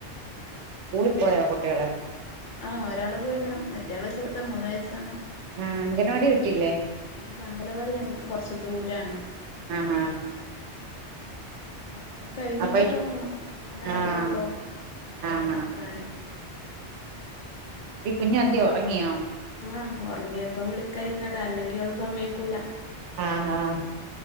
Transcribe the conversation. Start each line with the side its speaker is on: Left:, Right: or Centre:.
Right: സ്കൂളിൽപ്പോയാ കുട്ടികള്.
Left: ആഹ് ഒരാള് പോയിണ്. മറ്റയാള് ചെറുത മൂന്ന് വയസ്സാണ്.
Right: ആഹ് അംഗനവാടി വിട്ടില്ലേ?
Left: ഇ അംഗലവാടി ഞങ്ങക്ക് കൊറച്ച് ദൂരാണ്.
Right: ആണോ.
Left: കുറച്ചും കഴിഞ്ഞിട്ടൊക്കെ
Right: അപ്പൊ
Left: വേണം. മൂന്നായതേ
Right: ആഹ്
Left: ഉള്ളൂ. എന്നിട്ട്
Right: ആഹ്
Left: വേണം
Right: ആഹ്
Left: ആക്കാന്.
Right: ടി കുഞ്ഞൻതിയേ ഉറങ്ങിയോ?
Left: ആഹ് ഉറങ്ങിയപ്പം വിളിക്കായിരുന്നതാ അല്ലെങ്കി അവള് സമ്മയിക്കൂല.
Right: ആഹ് ആഹ്